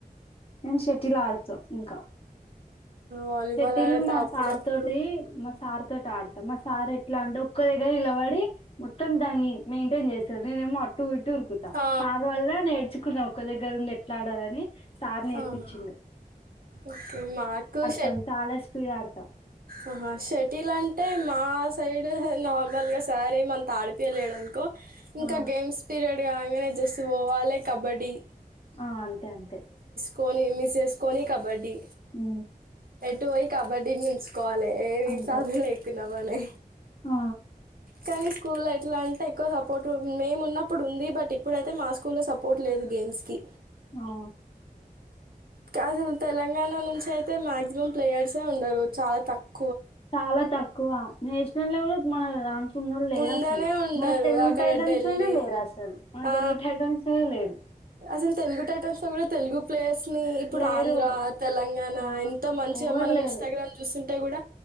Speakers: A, on the left; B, on the right.
A: నేను షటిల్ ఆడుత ఇంకా
B: వాలీబాల్
A: షెటిల్లు
B: ఆడతా
A: మా
B: అప్పుడప్పుడు
A: సార్ తోటి మా సార్ తోటడతా మా సారెట్ ట్లా అంటే ఒక్క ద నిలబడి మొత్తం దాన్ని మెయింటైన్ చేస్తాడు నేనేమో అటు ఇట్ ఉరుకుతా
B: ఆ,
A: సార్ వల్ల నేర్చుకున్న ఒక్క దగ్గర ఉండి ఎట్ల ఆడాలని సార్ నేర్పించిండు
B: అవునా ఓకే నాట్ కోస్
A: మేం తాలా స్పీడ్ ఆడతం
B: ఆహ షటిల్ అంటే మా సైడ్ అహ్ నార్మల్గా సారెమంత ఆడిపియలేడునుకో ఇంకా
A: ఆ
B: గేమ్స్ పీరియడ్ ఇగ ఆంగనే జస్ పోవాలి కబడ్డీ
A: ఆ అంతే అంతే
B: కోని మిస్ చేసుకోని కబడ్డీ
A: ఊ
B: పోయి కబడ్డీ నుంచ్ కాలే ఏవి
A: అంతే
B: చదు లేకున మనే
A: ఆ
B: కానీ స్కూల్లో ఎట్లా అంటే ఎక్కువ సపోర్ట్ మేము ఉన్నప్పుడు ఉంది బట్ ఇప్పుడైతే మా స్కూల్లో సపోర్ట్ లేదు గేమ్స్ కి
A: అఓ
B: అసలు తెలంగాణ నుంచి అయితే మాక్సిమం ప్లేయర్స్ ఏ ఉండరు చాలా తక్కువ
A: చాలా తక్కువ నేషనల్ లెవెల్ మన ఉన్నొలు లేరు
B: ఉండనే
A: అసలు
B: ఉండరు
A: మన తెలుగు
B: అక్కడ
A: టైటన్స్
B: ఢిల్లీ
A: లోనే లేరు అసలు మన
B: ఆ,
A: తెలుగు టైటన్స్నే లేరు
B: అసలు తెలుగు టైటన్స్ లో కూడా తెలుగు ప్లేయర్స్ ఇప్పుడు
A: లేరు
B: ఆంధ్ర తెలంగాణ
A: ఆ
B: ఎంత మంచిగా
A: ఎవరు
B: మనం
A: లేరు
B: ఇన్స్టాగ్రామ్ చూస్తుంట అంటే కూడా